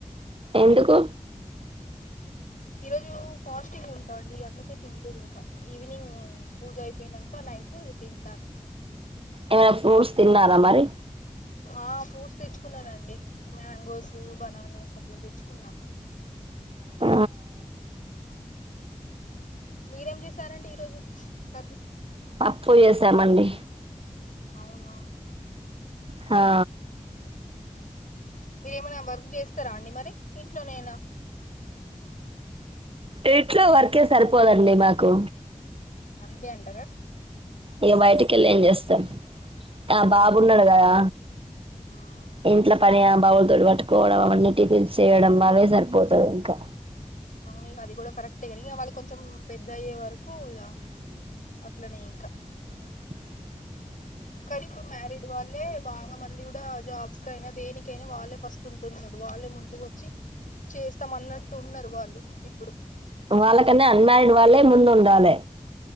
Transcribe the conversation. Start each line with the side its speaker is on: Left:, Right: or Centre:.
Right: ఎందుకు
Left: ఈ రోజు ఫాస్టింగ్ ఉంటా అండి అందుకే తిన్లేదు ఇంకా ఈవినింగ్ పూజ అయిపో అయినాక నైట్ తింటాను
Right: ఏవర ఫ్రూట్స్ తిన్నారా అ మరి
Left: ఆ ఫ్రూట్స్ తెచ్చుకున్నాను అండి మ్యాంగోస్ బనానాస్ అట్లా తెచ్చుకు ఉన్నాను
Right: ఆ
Left: హ మీరేం చేసార అండి ఈ రోజు కర్రీ
Right: పప్పు చేసామ అండి
Left: అవునా
Right: హా
Left: మీరే ఏమైనా వర్క్ చేస్తారా అండి మరి ఇంట్లోనేనా
Right: తేట్లో వర్కే సరిపోదఅండి మాకు
Left: అందే అంటార
Right: ఇగ బయటకి వెళ్ళి ఏం చేస్తామ్ ఆ బాబు ఉన్నాడు కదా
Left: మ్మ్
Right: ఇంట్లో పని బావులతో పట్టుకోవడం అవ అన్నీ టిఫిల్స్ చేయడం అవే సరిపోతది ఇంకా
Left: అవును ఇగ అది కూడా కరెక్ట్ అంతే గాని ఇగ వాళ్ళు కొంచెం మ్ పెద్ద అయ్యే వరకు ఇగ అట్లనే ఇంకా
Right: <inaudible>
Left: కానీ ఇప్పుడు మ్యారీడ్ వాళ్ళే బాగా మంది కూడా జాబ్స్ క అయినా దేనికై అయినా వాళ్ళే ఫస్ట్ చంటున్నారు వాళ్ళే ముందు వచ్చి చేస్తాం అన్న అట్టు ఉన్నారు వాళ్ళు ఇప్పుడు
Right: వాళ్ళక అన్నా అన్మాయయిండ్ వాళ్ళే ముందు ఉండాలే